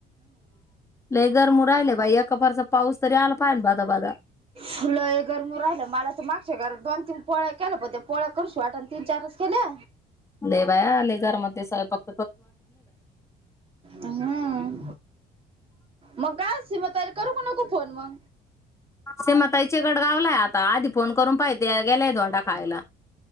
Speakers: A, on the left; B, on the right.
A: लय गरमू राहिले बाई एका फारचा पाऊस तरी आला पाहि बादा बादा
B: ह लय हे गरम होवू राहिलं, मला तर मागच्या घरात दोन तीन पोळ्या केल्या पण ते पोळ्या करूशाच वाटना तीन चारच केल्या.
A: लै बया लई गरम होतंय सैपाक
B: हम् मग काय असत मग तयारी करू काय नको? फोन वा
A: असे मतायचे गड गावलाय आता आधी फोन करून पाहि त्या गेल्याय धोंडा खायला